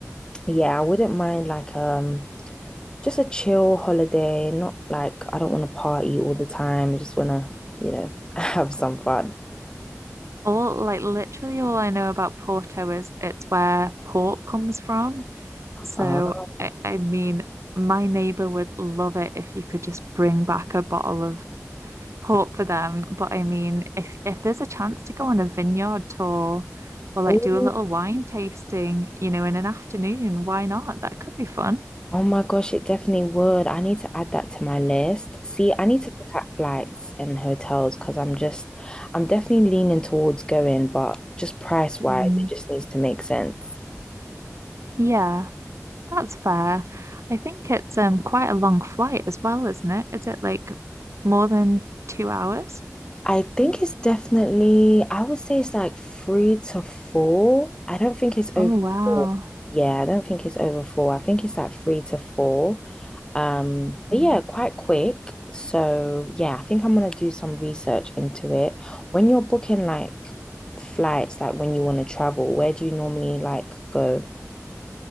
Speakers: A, on the left (about 15°); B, on the right (about 65°).
A: yeah, I wouldn't mind like um just a chill holiday, not like I don't want to party all the time. I just want to, you know, <laughs> have some fun.
B: All like literally all I know about Porto is it's where port comes from. So
A: Ah.
B: I, I mean, my neighbor would love it if you could just bring back a bottle of port for them. But I mean, if if there's a chance to go on a vineyard tour or like
A: Oh.
B: do a little wine tasting, you know, in an afternoon, why not? That could be fun.
A: Oh my gosh, it definitely would. I need to add that to my list. See, I need to look at flights and hotels because I'm just, I'm definitely leaning towards going, but just price
B: Mm.
A: wise, it just needs to make sense.
B: Yeah, that's fair. I think it's um quite a long flight as well, isn't it? Is it like more than two hours?
A: I think it's definitely, I would say it's like three to four. I don't think it's over
B: Oh, wow.
A: four. Yeah, I don't think it's over four. I think it's like three to four. Um,
B: Mm.
A: but yeah, quite quick. So yeah, I think I'm gonna do some research into it. When you're booking like flights, like when you want to travel, where do you normally like go?